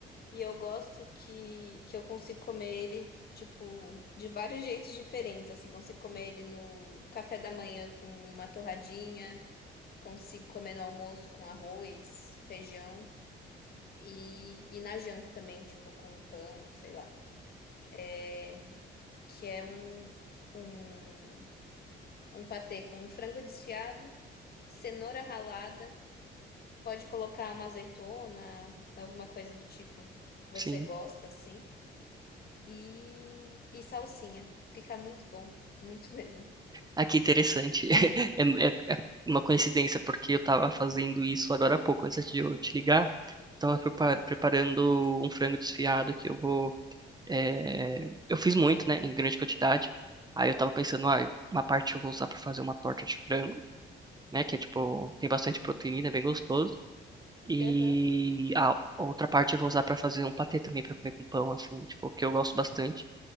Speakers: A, on the left; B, on the right.
A: E eu gosto que, que eu consigo comer ele, tipo, de vários jeitos diferentes. Assim, consigo comer ele no café da manhã com uma torradinha, consigo comer no almoço com arroz, feijão e, e na janta também, tipo, com um pão, sei lá. É, que é um, um, um patê com frango desfiado, cenoura ralada, pode colocar uma azeitona, alguma coisa do tipo que você
B: Sim.
A: gosta, assim. e, e salsinha. Fica muito bom, muito <laughs> mesmo.
B: Ah, que interessante. <laughs> É, é- é uma coincidência, porque eu tava fazendo isso agora há pouco, antes de eu te ligar. Tava prepar- preparando um frango desfiado que eu vou. é, Eu fiz muito, né, em grande quantidade. Aí eu tava pensando, ah, uma parte eu vou usar pra fazer uma torta de frango, né, que é tipo, tem bastante proteína, é bem gostoso. E
A: Aham,
B: a outra parte eu vou usar pra fazer um patê também, pra comer com pão, assim, tipo, que eu gosto bastante.